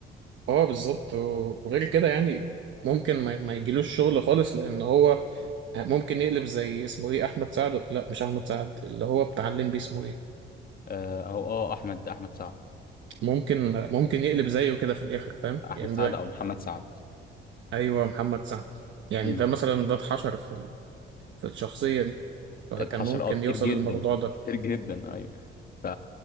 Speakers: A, on the right; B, on the left.
A: اه بالظبط و- وغير كده يعني ممكن ما, ما يجيلوش شغل خالص لان هو ممكن يقلب زي اسمه ايه احمد سعد لا مش احمد سعد اللي هو بتاع الليمبي اسمه ايه
B: آه، او اه احمد احمد سعد
A: ممكن ممكن يقلب زيه كده في الاخر فاهم
B: احمد
A: يعني
B: سعد
A: ده
B: او محمد سعد
A: ايوه محمد سعد يعني
B: امم
A: ده مثلا ده اتحشر في ال- في الشخصيه دي فكان
B: اتحشر
A: ممكن
B: اه كتير
A: يوصل
B: جدا
A: للموضوع ده
B: كتير جدا ايوه ف